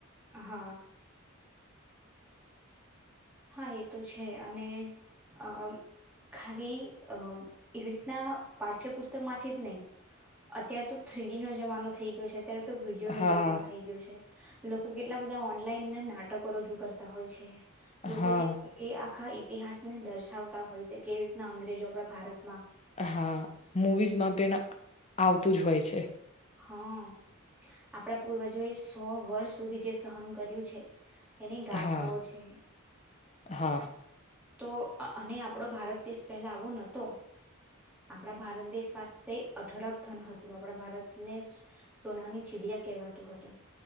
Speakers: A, in the centre; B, on the left.
A: હા હા એ તો છે અને અ ખાલી અ એવી રીતના પાઠ્યપુસ્તક માંથી જ નહીિ અત્યાર તો થ્રીડી નો જમાનો થઈ ગયો છે અત્યારે તો વિીડયો નો
B: હા
A: જમાનો થઈ ગયો છે લોકો કેટલા બધા ઓનલાઈન નાટકો રજૂ કરતા હોય છે લોકો
B: હા
A: જે એ આખા ઇતિહાસને દર્શાવતા હોય છે કેવી રીતના અંગ્રેજો આપણા ભારત
B: હા મુવીઝમાં પણ આવતું જ હોય છે
A: હા આપડા પૂર્વજો એ સો વર્ષ સુધી જે સહન કર્યું છે એની ગાથાઓ
B: હા
A: છે
B: હા
A: તો અને આપણો ભારત દેશ પહેલા આવો નહતો આપણા ભારત દેશ પાસે અઢળક ધન હતું આપણા ભારતને સોનાની ચીડિયા કહેવાતું હતું